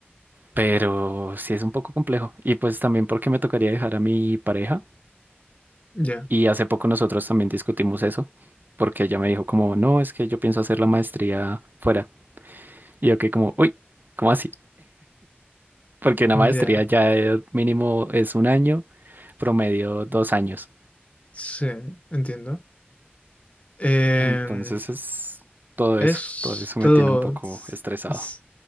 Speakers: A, on the right; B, on the left.
A: Pero sí es un poco complejo. Y pues también porque me tocaría dejar a mi pareja
B: Ya,
A: Y hace poco nosotros también discutimos eso, porque ella me dijo como, no, es que yo pienso hacer la maestría fuera. Y yo que como, uy, ¿cómo así? Porque una
B: ya,
A: maestría ya eh, mínimo es un año, promedio dos años.
B: sí, entiendo. Em,
A: Entonces es todo
B: Es
A: eso, todo eso
B: todo.
A: me tiene un poco
B: s-
A: estresado.
B: s-